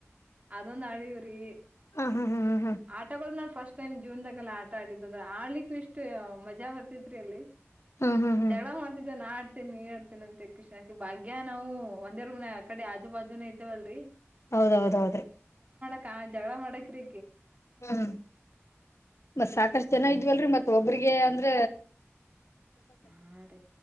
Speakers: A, on the right; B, on the left.
A: ಅದೊಂದ ಆಡವ್ರಿ
B: ಹ ಹ್ಮ್ ಹ್ಮ್ ಹ್ಮ್ ಹ್ಮ್
A: ಆಟಗಳ ನಾವ ಫಸ್ಟ್ ಟೈಮ್ ಜೀವನದಾಗೆಲ್ಲ ಆಟ ಆಡಿದ ಅಂದ್ರೆ ಆಡ್ಲಿಕ್ಕೂ ಇಷ್ಟು ಮಜಾ ಬರ್ತ ರಿ ಅಲ್ಲಿ
B: ಹ್ಮ್ ಹ್ಮ್ ಹ್ಮ್
A: ಜಗಳ ಮಾಡ್ತಿದ್ದ ನಾ ಆ ಮಾಡ್ತೇ ನೀ ಹಾಡ್ತೇನ ಅಂತನಂದಕೆಸಿ ಭಾಗ್ಯಾ ನಾವು ಒಂದೇ ರೂಂ ಆ ಕಡೆ ಆಜು ಬಾಜುನ ಇದ್ದವಲ್ರರಿ
B: ಹೌದೌದೌದ್ರೀ
A: ಹಾ ಜಗಳಾ ಮಾಡಕ್ರೀ
B: ಹ್ಮ ಮತ್ ಸಾಕಷ್ಟು ಜನ ಇದ್ವಲ್ರರಿ ಮತ್ತ್ ಒಬ್ರಿಗೆ ಅಂದ್ರ
A: ಹಾ ರೀ